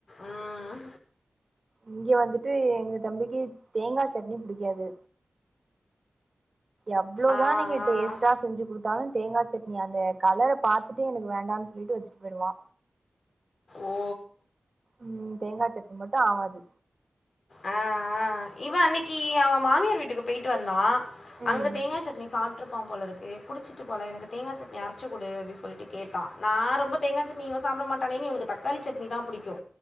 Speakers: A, on the left; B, on the right.
A: ம்
B: இங்க வந்துட்டு எங்க தம்பிக்கு தேங்கா சட்னி புடிக்காது எவ்ளோதா
A: ஆ,
B: நீங்க டேஸ்டா
A: ஆ.
B: செஞ்சு குடுத்தாலு தேங்கா சட்னி அந்த கலர பாத்துட்டு எனக்கு வேண்டான் சொல்லிட்டு வச்சுட்டு போயிடுவா
A: ஓ
B: ம் தேங்கா சட்னி மட்டு ஆவாது
A: ஆ இவ அன்னிக்கி அவ மாமியார் வீட்டுக்கு பேயிட்டு வந்தா
B: ம்.
A: அங்க தேங்கா சட்னி சாப் விட்ருப்பா போல இருக்கு புடிச்சிட்டு போல எனக்கு தேங்கா சட்னி அரச்சுக்குடு அப்டி சொல்ட்டு கேட்டா நா ரொம்ப தேங்கா சட்னி இவ சாப்ட மாட் டானேன் இவனுக்கு தக்காளி சட்னி தா புடிக்கு